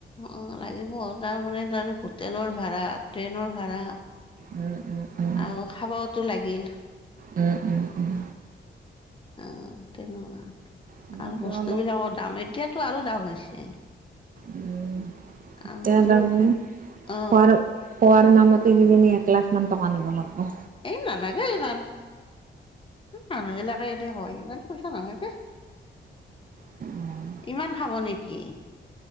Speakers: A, on the left (about 25°); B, on the right (about 45°).
A: অঁ লাগিব, তাৰমানে তাৰ হোটেলৰ ভাড়া, ট্ৰেইনৰ ভাড়া
B: উম উম। উম,
A: আৰু খাবতো লাগিল,
B: উম, উম, উম।
A: আঁহ তেনেকুৱা
B: অলপ
A: আৰু বস্তু বিলাকৰ দাম এতিয়াতো আৰু দাম হৈছে।
B: উম এতিয়া
A: আমিতো
B: তাৰমানে
A: অ।
B: খোৱাৰ খোৱাৰ নামতে সিজনী এক লাখ মান টকা নিব লাগিব।
A: এই নালাগে ইমান। উ মানুহ বিলাকে এনে হয় ইমান পইচা নালাগে।
B: উম,
A: ইমান খাব নেকি